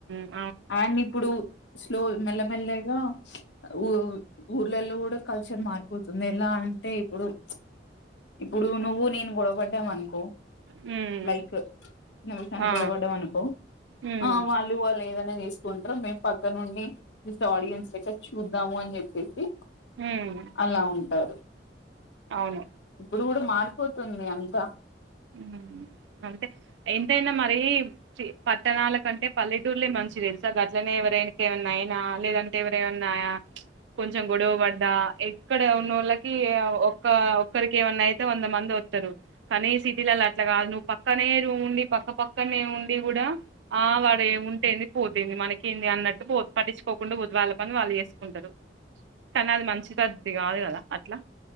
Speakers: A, on the right (about 80°); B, on the left (about 75°).
A: ఊ
B: అండ్ ఇప్పుడు స్లో మెల్లమెల్లగా ఊ ఊర్లలో కూడా కల్చర్ మారిపోతుంది ఎలా అంటే ఇప్పుడు ప్చ్ ఇప్పుడు నువ్వు నేను గొడవపడ్డామనుకో
A: హ్మ్
B: లైక్ నిమిషానికి
A: ఆ
B: గొడవపడ్డ అనుకో
A: హ్మ్
B: ఆ వాళ్ళు వాళ్ళు ఏదైనా చేసుకుంట్రూ మేము పక్కనుం విత్ ఆడియన్స్ లెక్క చూద్దాము అని చెప్పేసి
A: హ్మ్
B: అలా ఉంటారు
A: అవును
B: ఇప్పుడు కూడా మారిపోతుంది అంతా
A: ఊ అంతే ఎంతైనా మరి చి పట్టణాల కంటే పల్లెటూర్లే మంచివి తెలుసా గట్లనే ఎవరైనాక ఏమన్నా అయినా లేదంటే ఎవర అన్నాయా కొంచెం గొడవ పడ్డా ఎక్కడ ఉన్నోళ్ళకి ఏ ఒక్క ఒక్కరికి ఏమన్నా అయితే వంద మంది త్తరు కనేసి సిటీలల్ల అట్లా కాదు నువ్వు పక్కనే ఉండి పక్క పక్కనే ఉండి కూడా ఆ వాడ ఏముం టేంది పోతెంది మనకేంది అన్నట్టు పో పటించుకోకుండా వాళ్ళ పని వాళ్ళు చేసుకుంటారు కానీ అది మంచిది పదతీ కాదు కదా అట్లా